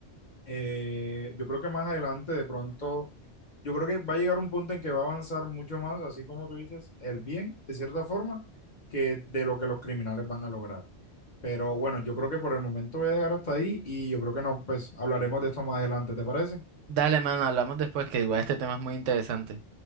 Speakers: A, on the left; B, on the right.
A: eh, yo creo que más adelante, de pronto, yo creo que va a llegar un punto en que va a avanzar mucho más, así como tú dices, el bien, de cierta forma, que de lo que los criminales van a lograr. Pero bueno, yo creo que por el momento voy a dejar hasta ahí y yo creo que no, pues hablaremos de esto más adelante, ¿te parece?
B: Dale, mano, hablamos después, que igual este tema es muy interesante.